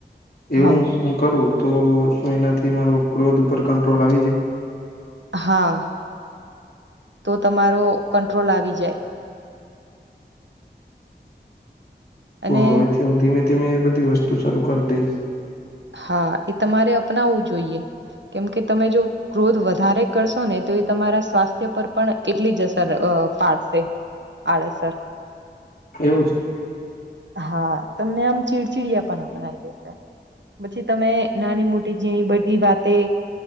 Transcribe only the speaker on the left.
એવું
હું કરું તો શું એનાથી મારો ક્રોધ ઉપર કંટ્રોલ આવી જાય?
તો
હવેથી હું ધીમે-ધીમે એ બધી વસ્તુ શરૂુ કરી દઈશ.
એવું છે